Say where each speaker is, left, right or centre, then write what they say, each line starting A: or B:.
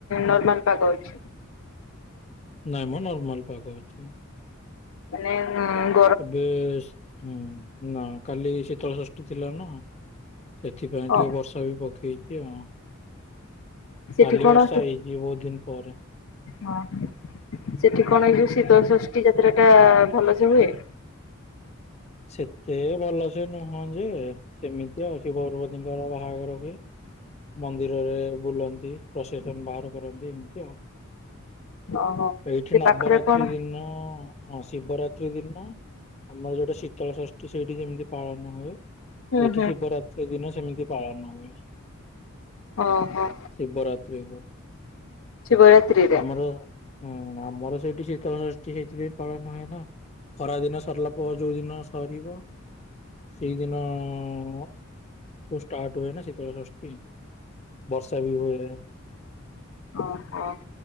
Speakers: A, on the left (about 75°); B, on the left (about 30°).
A: ନର୍ମାଲ ପାଗ ଅଛି।
B: ନାଇଁ ମୋ ନର୍ମାଲ ପାାଗ ଅଛି।
A: ମାନେ ଅଁ,
B: ଏବେ ହୁଁ, ନା କାଲି ଶୀତଳ ଷଷ୍ଠୀ ଥିଲା ନା। ସେଥିପାଇଁ
A: ଅ
B: ଟିକେ ବର୍ଷା ବି ପକେଇଚି ଆଉ।
A: ସେଠି
B: କାଲି
A: କଣ
B: ବର୍ଷା ହେଇଚି ବହୁତ ଦିନ ପରେ।
A: ହଁ ସେଠି କଣ ଏଇ ଯୋଉ ଶୀତଷଷ୍ଠୀ ଯାତ୍ରା ଟା ଭଲ ସେ ହୁଏ?
B: ସେତେ ଭଲ ସେ ନୁହଁ ଯେ ସେମିତି ଆଉ ଶିବ ପାର୍ବତୀଙ୍କର ବାହାଘର ହୁଏ। ମନ୍ଦିରରେ ବୁଲନ୍ତି ପ୍ରସେସନ୍ ବାହାର କରନ୍ତି ଏମ ତିଅ
A: ଓହୋ
B: ଏଇଠି
A: ସେ
B: ନବରାତ୍ରି
A: ପାଖରେ କଣ
B: ଦିନ ହଁ ଶିବରାତ୍ରି ଦିନ ଆମର ଯୋଉଟା ଶୀତଳ ଷଷ୍ଠୀ ସେଇଠି ଯେମିତି ପାଳନ ହୁଏ
A: ହୁଁ
B: ଏଠି
A: ହୁଁ
B: ଶିବରାତ୍ରି ଦିନ ସେମିତି ପାଳନ ହୁଏ।
A: ଓ ହୋ।
B: ଶିବ ରାାତ୍ରି କୁ।
A: ଶିବରାତ୍ରିରେ
B: ଆମର ହଁ ଆମର ସେଇଠି ଶୀତଳ ଷଷ୍ଠୀ ସେଥିପାଇଁ ପାଳନ ହୁଏ ନା। ଖରା ଦିନ ସରିଲା ପରେ ଯୋଉ ଦିନ ସରିବ। ସେଇଦିନ ଠୁ ଷ୍ଟାର୍ଟ ହୁଏ ନା ଶୀତଳଷଷ୍ଟି। ବର୍ଷା ବି ହୁଏ।
A: ଓ ହୋ।